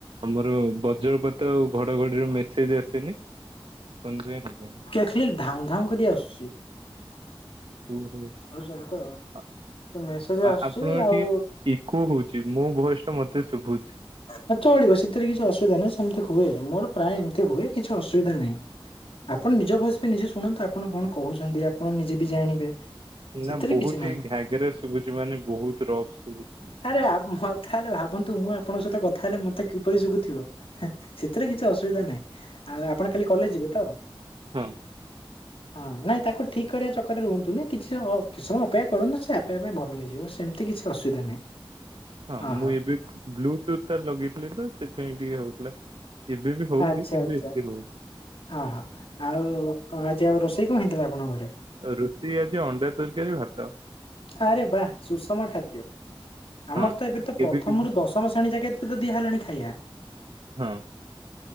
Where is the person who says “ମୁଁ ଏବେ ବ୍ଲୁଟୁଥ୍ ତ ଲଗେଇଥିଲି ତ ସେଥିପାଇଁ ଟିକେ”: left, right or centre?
Right